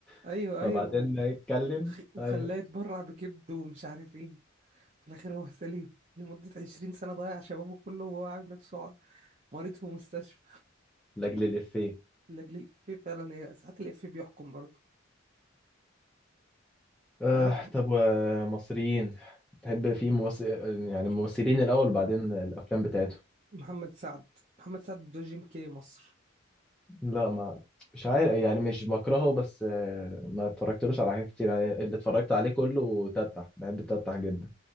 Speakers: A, on the right; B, in the centre.
A: ايوه
B: <laughs> فبعدين
A: ايوه و-
B: يتكلم
A: وخ- وخلاه
B: ايوه
A: يتبرع بكبده ومش عارف ايه في الاخر هو سليم لمدة 20 سنة ضيع شبابه كله وهو عامل نفسه ع- مريض في مستشفى
B: لاجل الافيه
A: لأجل الإفيه فعلا هي ساعات الإفيه بيحكم برضه
B: آه
A: تعرف
B: طب ومصريين تحب في ممثل يعني الممثلين الاول وبعدين الافلام بتاعتهم
A: محمد سعد محمد سعد ده جيم كيري مصر
B: لا ما مش عارف يعني مش بكرهه بس آه، ما اتفرجتلوش على حاجات كتير يعني اللي اتفرجت عليه كله تتح بحب تتح جدا